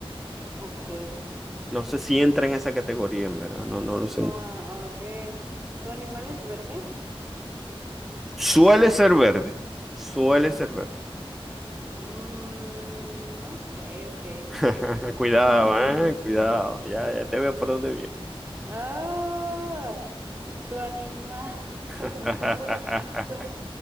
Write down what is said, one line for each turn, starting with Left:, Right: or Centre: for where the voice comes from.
Right: Ok.
Centre: No sé si entra en esa categoría, en verdad, no, no lo sé.
Right: ¿Tu,
Centre: mu-
Right: a- ok. ¿Tu animal es verde?
Centre: Suele ser verde, suele ser verde.
Right: Mm, ok, ok,
Centre: <laughs>
Right: ok.
Centre: Cuidado,
Right: <laughs>
Centre: eh, cuidado, ya, ya te veo por dónde viene.
Right: Ah, tu animal.
Centre: <laughs>
Right: <laughs> Tu,